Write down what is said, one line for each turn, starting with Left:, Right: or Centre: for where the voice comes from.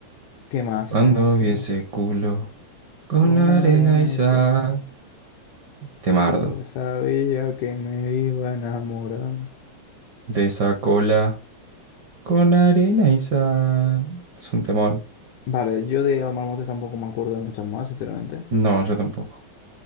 Left: ¿Qué más?
Right: Cuando
Left: ¿Qué más? ¿Qué
Right: vi
Left: más?
Right: ese culo con
Left: Con
Right: arena
Left: arena
Right: y sal.
Left: y sal,
Right: Temardo.
Left: yo ya sabía que me iba a enamorar.
Right: De esa cola con arena y sal. Es un temor.
Left: Vale, yo de Omar Montes tampoco me acuerdo de muchas más, sinceramente.
Right: No, yo tampoco.